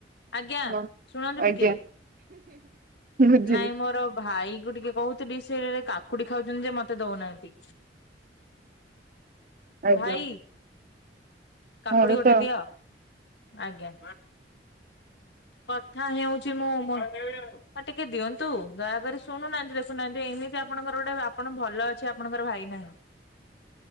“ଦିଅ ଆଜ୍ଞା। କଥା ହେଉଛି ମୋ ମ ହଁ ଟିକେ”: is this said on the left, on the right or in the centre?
Left